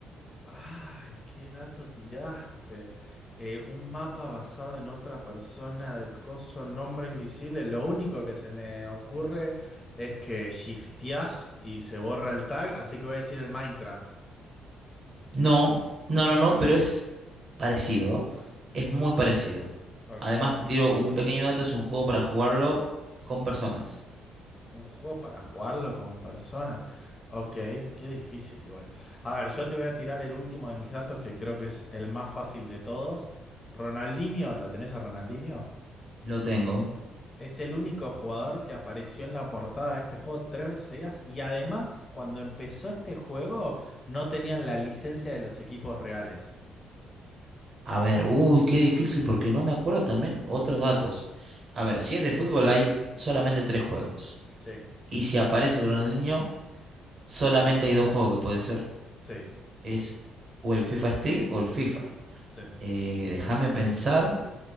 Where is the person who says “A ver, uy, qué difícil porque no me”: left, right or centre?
Right